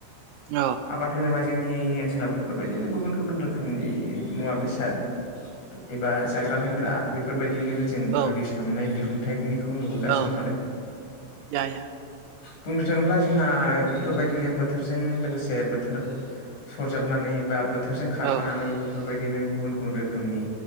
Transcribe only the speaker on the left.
आबाद होनोबा जोंनि ओनसोलाव बेफोरबायदिनो गुबुन गुबुन रोखोमनि मुवा बेसाद एबा जाग्रा लोंग्रा बेफोरबायदिनिबो जों
प्रडिउस खालामनाय दिहुनथाइनिखौ नुबोगासिनो
दं आरो।
बुंनो थाङोब्ला जोंहा बेफोरबायदिनो बोथोरजों लोगोसे बोथोर सरजाबनानै बा बोथोरजों खारफानानै
बेफोरबायदिनो गुबुन गुबुन रोखोमनि